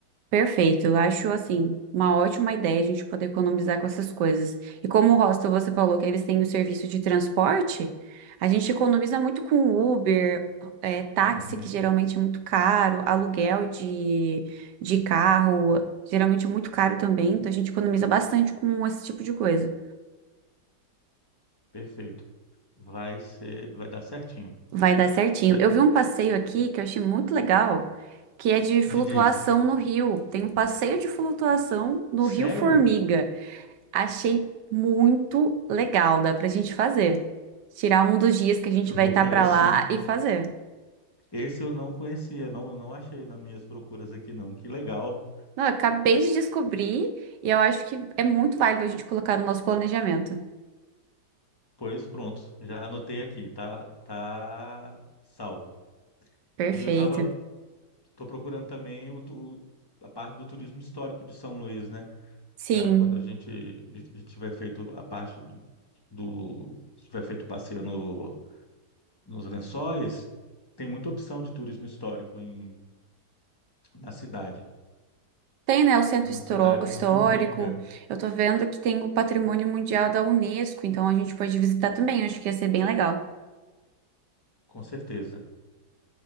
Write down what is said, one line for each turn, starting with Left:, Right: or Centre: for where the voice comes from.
Right: Perfeito, eu acho assim uma ótima ideia a gente poder economizar com essas coisas. E como o hostel você falou que eles têm o serviço de transporte, a gente economiza muito com Uber, é, táxi
Left: Uhum,
Right: que geralmente é muito caro, aluguel de, de carro geralmente é muito caro também, então a gente economiza bastante com esse tipo de coisa.
Left: perfeito. Vai ser, vai dar certinho.
Right: Vai dar certinho.
Left: E eu-
Right: Eu vi um passeio aqui que eu achei muito legal, que é de flutuação
Left: me diz,
Right: no rio. Tem um passeio de flutuação no
Left: sério?
Right: Rio Formiga. Achei muito legal, dá pra gente fazer. Tirar um dos dias que a gente
Left: Eu
Right: vai
Left: vou
Right: estar
Left: querer
Right: pra
Left: sim.
Right: lá e fazer.
Left: Esse eu não conhecia, não, não achei nas minhas procuras aqui, não. Que legal.
Right: Não, eu acabei de descobrir e eu acho que é muito válido a gente colocar no nosso planejamento.
Left: Pois pronto, já anotei aqui, tá, tá salvo.
Right: Perfeito.
Left: E eu tava, tô procurando também o, tu- a parte do turismo histórico de São Luís, né?
Right: Sim.
Left: Para quando a gente tiver feito a parte do, do- tiver feito o passeio no, nos Lençóis, tem muita opção de turismo histórico em, na cidade.
Right: Tem, né, o centro
Left: É Uma
Right: historo-
Left: cidade
Right: histórico.
Left: muito rica,
Right: Eu tô vendo que tem o Patrimônio Mundial da Unesco, então a gente pode visitar também. Eu acho que ia ser bem legal.
Left: com certeza,